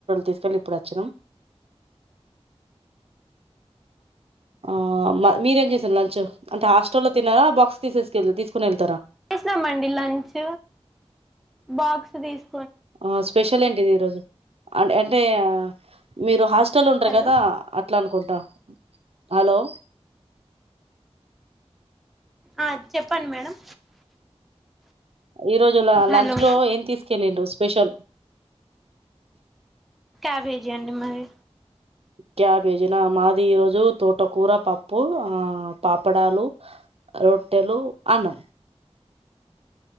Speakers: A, on the right; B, in the centre.
A: తీసుకెళ్ళి ఇప్పుడ్ అచ్చినం ఆ మీరేం చేసారు లంచ్ అంటె హాస్టల్లో తిన్నారా బాక్స్ తీసేసుకెళ్ తీసుకునెళ్ళి
B: చేసినామండి లంచ్ బాక్స్ తీస్
A: ఆ స్పెషల్ ఏంటిది ఈరోజు అంట్ అంటే మీరు హాస్ట్ టెలు ఉంటరు
B: హలో
A: కదా అట్ల అనుకుంట హాలో
B: ఆ చెప్పండ్ మేడం
A: ఈ రోజులా లంచ్
B: హలో
A: లో ఏం తీసుకెళ్ళిండ్రు స్పెషల్
B: క్యాబేజీ అండి మాది
A: క్యాబేజీ నా మాది ఈరోజు తోటకూర పప్పు ఆ పాపడాలు రొట్టెలు అన్నం